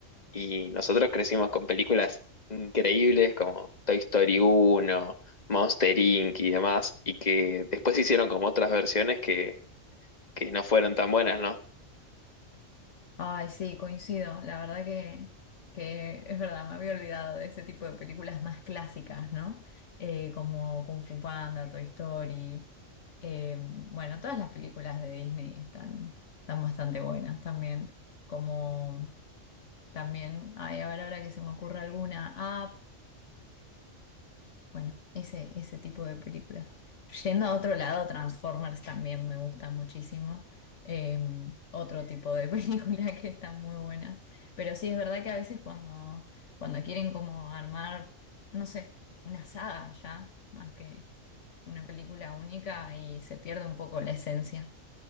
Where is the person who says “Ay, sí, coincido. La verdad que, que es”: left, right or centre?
Left